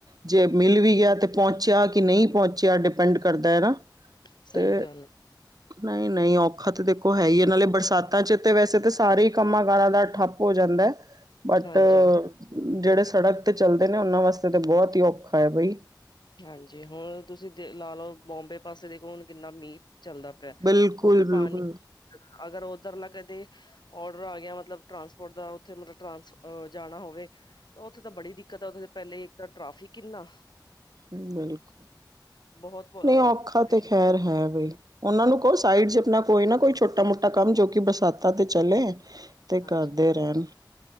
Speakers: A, on the right; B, on the left.
A: ਜੇ ਮਿਲ ਵੀ ਗਿਆ ਤੇ ਪਹੁੰਚਿਆ ਕਿ ਨ‌ਈਂ ਪਹੁੰਚਿਆ ਡਿਪੈਂਡ ਕਰਦਾ ਏ ਨਾ।
B: ਸਹੀ
A: ਤੇ
B: ਗੱਲ ਹੈ।
A: ਨ‌ਈਂ- ਨ‌ਈਂ ਔਖਾ ਤਾਂ ਦੇਖੋ ਹੈ ਈ ਐ, ਨਾਲੇ ਬਰਸਾਤਾਂ 'ਚ ਤੇ ਵੈਸੇ ਤਾਂ ਸਾਰੇ ਕੰਮਾਂ ਕਾਰਾਂ ਦਾ ਠੱਪ ਹੋ ਜਾਂਦਾ ਐ। ਬਟ
B: ਹਾਂਜੀ,
A: ਜਿਹੜੇ ਸੜਕ ਤੇ ਚਲਦੇ ਨੇ ਉਹਨਾਂ ਵਾਸਤੇ ਤੇ ਬਹੁਤ ਈ ਔਖਾ ਐ ਬਈ।
B: ਹਾਂਜੀ, ਹੁਣ ਤੁਸੀਂ ਦੇ ਲਾ ਲਓ ਬੋਂਬੇ ਪਾਸੇ ਦੇਖੋ ਹੁਣ ਕਿੰਨਾ ਮੀਂ ਪ ਚੱਲਦਾ ਪਿਆ।
A: ਬਿਲਕੁਲ
B: ਉੱਥੇ
A: ਬਿਲਕੁਲ
B: ਪਾਣੀ, ਅਗਰ ਉੱਧਰਲਾ ਕਦੇ ਔਡਰ ਆ ਗਿਆ ਮਤਲਬ ਟਰਾਂਸਪੋਟ ਦਾ ਉੱਥੇ ਮਲਬ ਟ੍ਰ‌ਾਂਸ ਜਾਣਾ ਹੋਵੇ ਤੇ ਉੱਥੇ ਤਾਂ ਬੜੀ ਦਿੱਕਤ ਉੱਥੇ ਪਹਿਲੇ ਇੱਕ ਤਾਂ ਟ੍ਰ‌ਾਫਿਕ ਇੰਨਾ
A: ਬਿਲਕੁਲ,
B: ਬਹੁਤ ਅ
A: ਨ‌ਈਂ ਔਖਾ ਤੇ ਖੈਰ ਹੈ ਬਈ। ਉਹਨਾਂ ਨੂੰ ਕ‌ਓ ਸਾਈਡ 'ਚ ਆਪਣਾ ਕੋਈ ਨਾ ਕੋਈ ਛੋਟਾ-ਮੋਟਾ ਕੰਮ ਜੋ ਕਿ ਬਰਸਾਤਾਂ ਤੇ ਚਲੇ। ਤੇ
B: ਹਾਂਜੀ
A: ਕਰਦੇ ਰਹਿਣ।